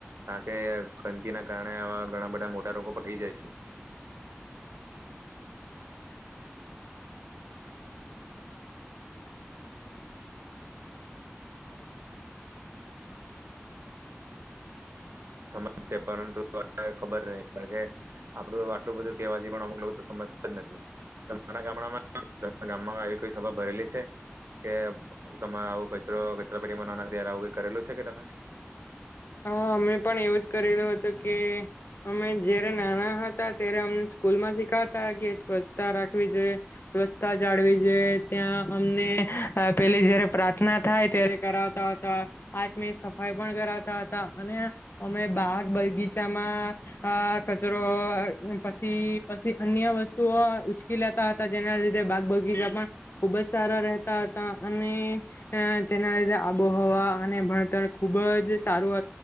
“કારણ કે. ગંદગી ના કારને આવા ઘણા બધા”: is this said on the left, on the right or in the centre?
Right